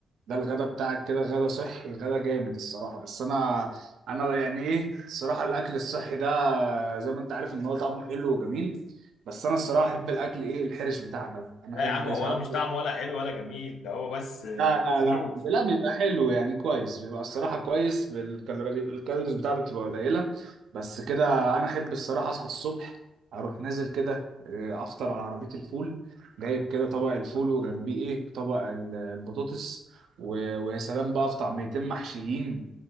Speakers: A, on the right; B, on the left.
A: ده الغدا بتاعك كده غدا صحي غدا جامد الصراحه بس انا انا يعني ايه الصراحه الاكل الصحي ده زي ما انت عارف ان هو طعمه حلو وجميل بس انا الصراحه احب الاكل ايه الحرش بتاعنا ده انا
B: لا
A: احب
B: يا عم هو
A: ساعات
B: ولا مش طعمه ولا حلو ولا جميل ده هو بس آه،
A: لا لا
B: سلوف
A: لا لا بيبقى حلو يعني كويس بيبقى الصراحة كويس بالكالوري الكالوريز بتاعته بتبقى قليلة بس كده أنا أحب الصراحة أصحى الصبح أروح نازل كده آه، أفطر على عربية الفول جايب كده طبق الفول وجنبيه إيه طبق ال- البطاطس و- ويا سلام بقى في طعميتين محشيين